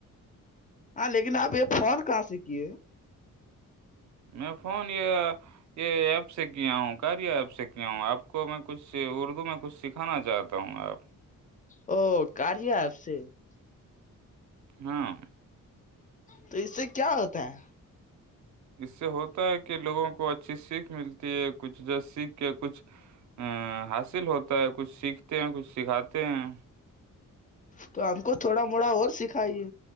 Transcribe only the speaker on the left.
ہاں لیکن اب یہ فون کہاں سے کیے <unintelligible>
او کاریا آپ سے <unintelligible>
تو اس سے کیا ہوتا ہے <unintelligible>
تو ہم کو تھوڑا موڑا اور سکھائیے